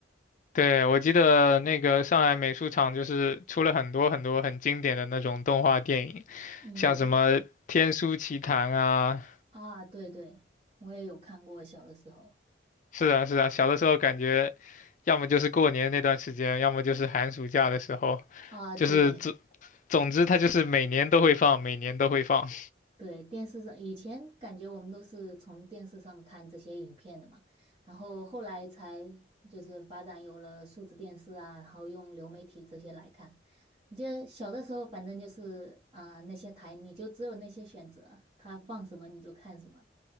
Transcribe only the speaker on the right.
嗯，
啊，对对，我也有看过，小的时候
啊，
对
对，电视上以前感觉我们都是从电视上看这些影片的嘛，然后后来才就是发展有了数字电视啊，然后用流媒体这些来看。我记得小的时候，反正就是啊、那些台你就只有那些选择，它放什么你就看什么